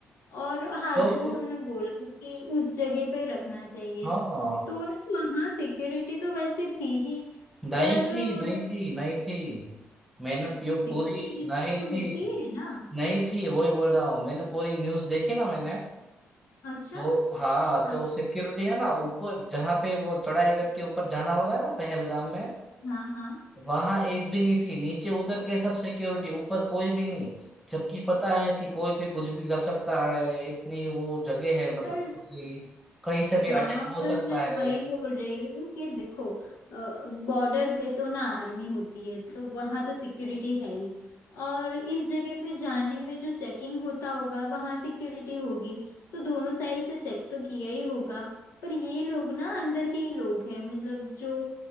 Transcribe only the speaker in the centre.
तो
तो-
हाँ
नहीं
थी नहीं
थी नहीं थी मैंने प्यू-
पूरी नहीं
थी
नहीं थी वही बोल रहा हूँ मैंने पूरी न्यूज देखी ना मैंने
तो हाँ
तो सिक्योरिटी है ना ऊपर जहाँ पे वो चढ़ाई करके ऊपर जाना होता है ना पहलगाम में
वहां एक भी नहीं थी नीचे उतर के सब सिक्योरिटी ऊपर कोई भी नहीं जबकि पता है कि कोई भी कुछ भी कर सकता है इतनी वो जगह है मतलब
कि कहीं से भी
अटैक हो
सकता
है